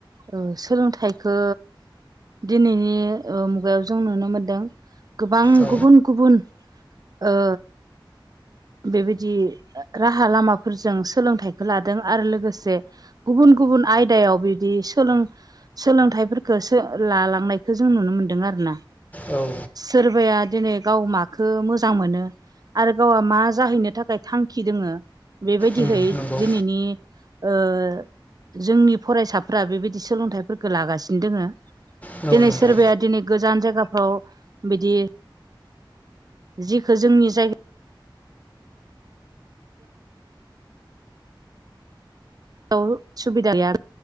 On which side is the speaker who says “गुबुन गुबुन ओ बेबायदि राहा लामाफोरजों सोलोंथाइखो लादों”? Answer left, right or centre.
Right